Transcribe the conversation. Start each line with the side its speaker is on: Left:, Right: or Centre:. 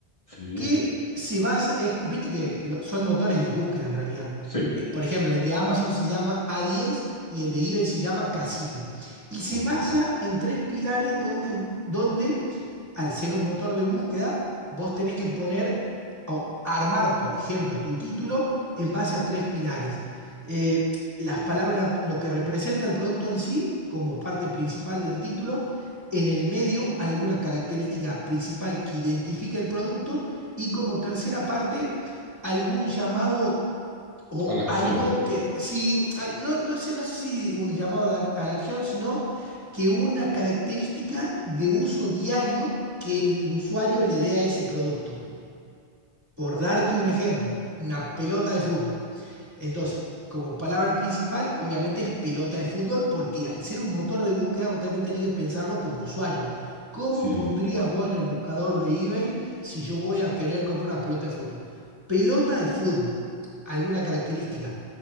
Left: Sí,
Right: que se basa, es, viste que lo- son motores de búsqueda en realidad.
Left: sí,
Right: Eh, por ejemplo, el de Amazon se llama A10 y el de eBay se llama Cassini. Y se
Left: Ok,
Right: basa en tres pilares donde, donde al ser un motor de búsqueda, vos tenés que poner o armar, por ejemplo, tu título en base a tres pilares. Eh, las palabras, lo que representa el producto en sí, como parte principal del título, en el medio alguna característica principal que identifique el producto y como tercera parte, algún llamado o
Left: a la acción.
Right: algo que, si, ah, no, no sé, no sé si un llamado a la, a la acción, sino que una característica de uso diario que el usuario le dé a ese producto. Por darte un ejemplo, una pelota de fútbol. Entonces,
Left: sí,
Right: como palabra principal, obviamente es pelota de fútbol, porque al ser un motor de búsqueda, vos también tenés que pensarlo como usuario. ¿Cómo
Left: Sí,
Right: pondrías vos en el buscador de eBay si yo voy a querer comprar una pelota de fútbol? Pelota de fútbol, alguna característica